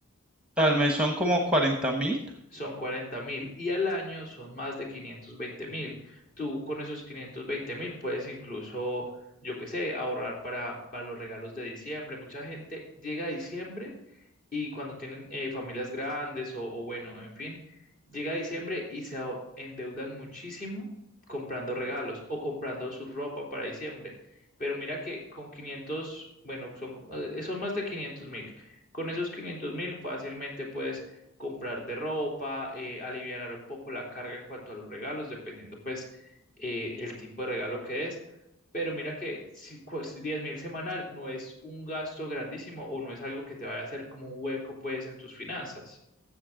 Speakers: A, in the centre; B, on the left.
A: Al mes son como 40 mil.
B: Son cuarenta mil y al año son más de quinientos veinte mil. Tú con esos quinientos veinte mil puedes incluso, yo qué sé, ahorrar para, para los regalos de diciembre. Mucha gente llega a diciembre y cuando tienen eh, familias grandes o, o bueno, en fin, llega diciembre y se a- endeudan muchísimo comprando regalos o comprando su ropa para diciembre. Pero mira que con quinientos bueno, son, co- eh, eh, son más de quinientos mil. Con esos quinientos mil fácilmente puedes comprarte ropa, eh, alivianar un poco la carga en cuanto a los regalos, dependiendo pues eh, el tipo de regalo que es. Pero mira que si, pues, 10 mil semanal no es un gasto grandísimo o no es algo que te vaya a hacer como un hueco pues en tus finanzas.